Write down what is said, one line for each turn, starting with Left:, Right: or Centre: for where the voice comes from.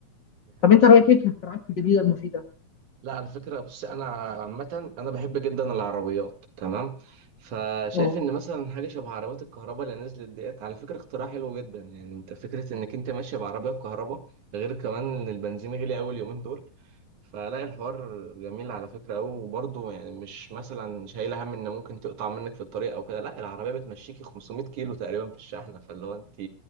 Right: ده حقيقة
Left: طب انت رايك
Right: فعلا
Left: ايه في الاختراعات الجديده المفيده
Right: لا على فكرة بص أنا عامة أنا بحب جدا العربيات تمام فشايف
Left: أوه.
Right: إن مثلا حاجة شبه عربيات الكهرباء اللي نزلت ديت على فكرة اختراع حلو جدا يعني أنت فكرة إنك أنت ماشي بعربية بكهرباء غير كمان إن البنزين غلي أوي اليومين دول فلا الحوار جميل على فكرة أوي وبرضه يعني مش مثلا شايل هم إن ممكن تقطع منك في الطريق أو كده لا العربية بتمشيكي 500 كيلو تقريبا في الشحنة فاللي هو أنت